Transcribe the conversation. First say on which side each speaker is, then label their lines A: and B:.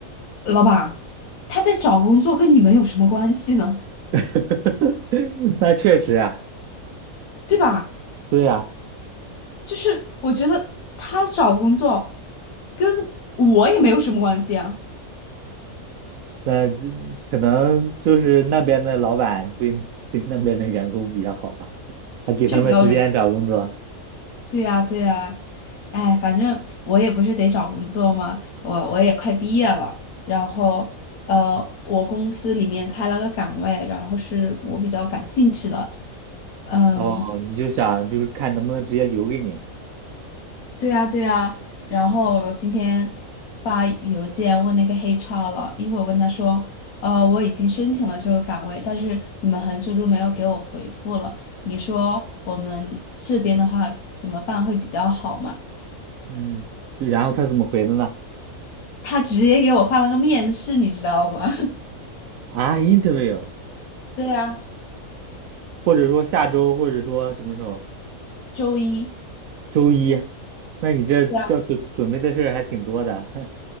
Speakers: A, on the left (about 85°); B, on the right (about 75°).
A: 老板，他在找工作跟你们有什么关系呢？
B: <laughs> 那确实啊，
A: 对吧？
B: 对呀，
A: 就是我觉得他找工作跟我也没有什么关系啊，
B: 那这可能就是那边的老板对对那边的员工比较好吧，还给他们时间找工作。
A: 这比较人嗯对呀，对呀，哎，反正我也不是得找工作嘛，我我也快毕业了，然后呃，我公司里面开了个岗位，然后是我比较感兴趣的，嗯。
B: 哦，你就想就是看能不能直接留给你。
A: 对啊，对啊，然后我今天发邮件问那个黑 r 了，因为我跟他说，呃，我已经申请了这个岗位，但是你们很久都没有给我回复了，你说我们这边的话怎么办会比较好嘛？
B: 嗯，对，然后他怎么回的呢？
A: 他直接给我发了个面试，你知道吗？
B: 啊，interview，
A: <laughs> 对啊，
B: 或者说下周，或者说什么时候？
A: 周一。
B: 周一。那你这要准准备的事儿还挺多的，
A: 对啊，